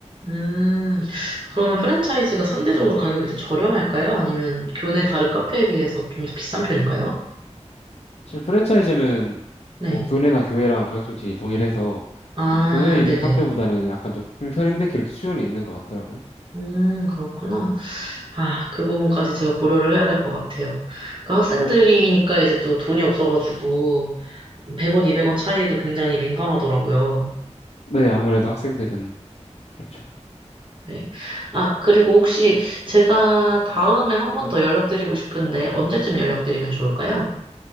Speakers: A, on the right (about 45°); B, on the left (about 65°).
A: 음, 그러면 프랜차이즈가 상대적으로 가격이 더 저렴할까요? 아니면 교내 다른 카페에 비해서 좀 더 비싼 편일까요?
B: 사실 프랜차이즈는
A: 네.
B: 뭐 교내나 교회랑 가격 정책이 동일해서
A: 아,
B: 교내에 있는
A: 네네.
B: 카페보다는 약간 높은 편인데 그래도 수요는 있는 것 같더라고요.
A: 음, 그렇구나. 아, 그 부분까지 제가 고려를 해야 될 것 같아요. 그 학생들이니까 이제 또 돈이 없어가지고 100원, 200원 차이에도 굉장히 민감하더라고요.
B: 네, 아무래도 학생들은 그렇죠.
A: 네. 아, 그리고 혹시 제가 다음에 한 번 더 연락드리고 싶은데 언제쯤 연락드리면 좋을까요?